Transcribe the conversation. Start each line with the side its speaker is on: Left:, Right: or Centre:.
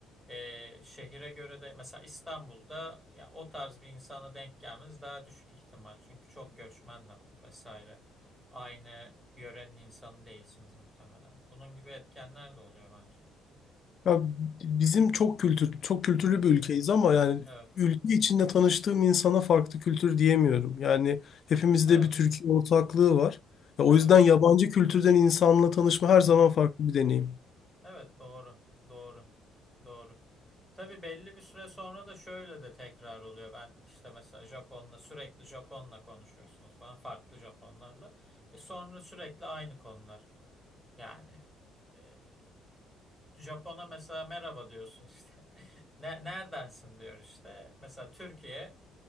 Centre: Ee, şehire göre de mesela İstanbul'da ya o tarz bir insana denk gelmeniz daha düşük ihtimal. Çünkü çok göçmen de var vesaire. Aynı yörenin insanı değilsiniz muhtemelen. Bunun gibi etkenler de oluyor bence.
Left: Ya bizim çok kültür, çok kültürlü
Centre: Evet,
Left: bir ülkeyiz ama yani
Centre: evet,
Left: ülke içinde tanıştığım insana farklı kültür diyemiyorum. Yani hepimizde
Centre: evet,
Left: bir Türkiye ortaklığı var. Ya o
Centre: evet,
Left: yüzden yabancı kültürden insanla tanışma her
Centre: evet.
Left: zaman farklı bir deneyim.
Centre: Evet, doğru, doğru, doğru. Tabii belli bir süre sonra da şöyle de tekrar oluyor. Ben işte mesela Japon'la sürekli Japon'la konuşuyorsunuz falan farklı Japonlarla. E sonra sürekli aynı konular. Yani. e, Japon'a mesela merhaba diyorsun işte. <laughs> Ne, neredensin diyor işte. Mesela Türkiye